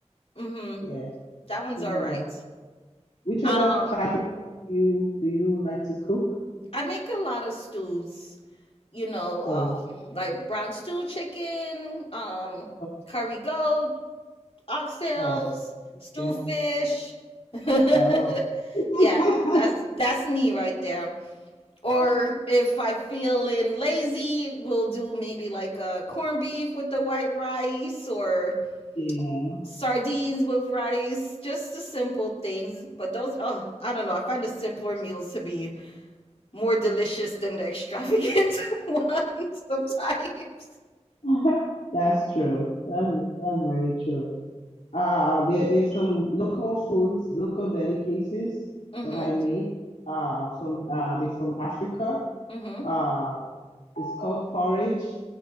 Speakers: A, on the left; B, on the left.
A: Mm-hmm.
B: yeah. I
A: That one's
B: think
A: all right.
B: I like. Which other
A: Um
B: type of food do you do you like to cook?
A: I make a lot of stews, you know, um
B: Oh,
A: like brown stew chicken, um
B: oh,
A: curry goat, oxtails,
B: oh, okay.
A: stew fish. <laughs>
B: Oh.
A: yeah,
B: <laughs>
A: that's that's me right there. Or if I feeling lazy, we'll do maybe like a corned beef with the white rice or
B: Yeah,
A: sardines with rice, just the simple things. But those, oh, I don't know. I find the simpler meals to be more delicious than the extravagant <laughs> ones sometimes.
B: <laughs> that's true. That's, that's very true. Uh, there, there's some local foods, local delicacies
A: Mhm.
B: that I make. Uh, from uh, they're from Africa.
A: Mhm.
B: Uh, it's called porridge.